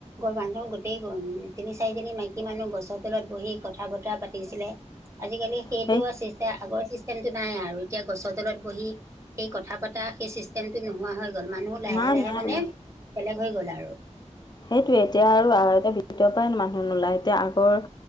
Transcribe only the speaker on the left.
সেই
নাই
নাই
নাই
সেইটোোৱে এতিয়া আৰু এতিয়া বিায় মানুহ নোলায় এতিয়া আগৰ